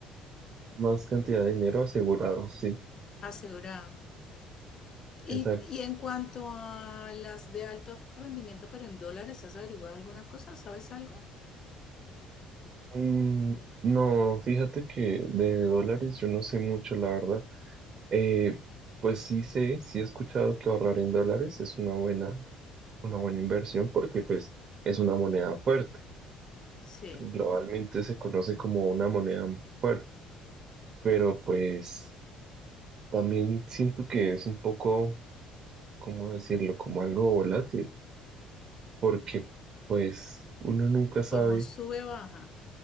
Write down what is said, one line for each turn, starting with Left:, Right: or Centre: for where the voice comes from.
Right: Más cantidad de dinero asegurado, sí.
Left: asegurado. Y,
Right: Exacto.
Left: y en cuanto a las de alto rendimiento, pero en dólares, ¿has averiguado alguna cosa? ¿Sabes algo?
Right: Mm, No, fíjate que de dólares yo no sé mucho, la verdad. Eh, pues sí sé, sí he escuchado que ahorrar en dólares es una buena, una buena inversión porque pues es una moneda fuerte.
Left: Sí,
Right: Globalmente se conoce como una moneda fuerte, pero pues también siento que es un poco, ¿cómo decirlo? Como algo volátil, porque pues uno nunca sabe
Left: como sube baja,